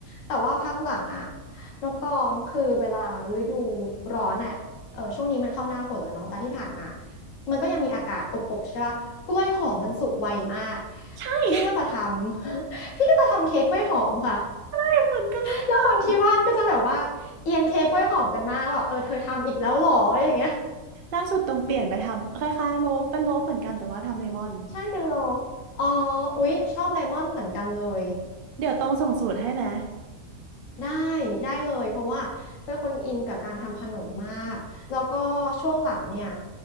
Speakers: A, on the left (about 65°); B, on the right (about 80°).
A: แต่ว่าพักหลังอะน้องตองคือเวลาฤดูร้อนอะเออช่วงนี้มันเข้าหน้าฝนแล้วเนาะแต่ที่ผ่านมามันก็ยังมีอากาศอบๆใช่ปะกล้วยหอมมันสุกไวมาก
B: ใช่
A: พี่ก็จะทำ <laughs> พี่ก็จะทำเค้กกล้วยหอมค่ะ
B: <laughs> เหมือนกันเลยค่ะ
A: แล้วคนที่บ้านก็จะแบบว่าเอียนเค้กกล้วยหอมกันมากว่าเออเธอทำอีกแล้วเหรออย่างเงี้ย
B: ล่าสุดต้องเปลี่ยนไปทำคล้ายๆโลฟเป็นโลฟเหมือนกันแต่ว่าทำเลมอน
A: ใช่เป็นลอฟอ๋ออุ๊ยชอบเลมอนเหมือนกันเลย
B: เดี๋ยวต้องส่งสูตรให้ไหม
A: ได้ได้เลยเพราะว่าเป็นคนอินกับการทำขนมมากแล้วก็ช่วงหลังเนี่ย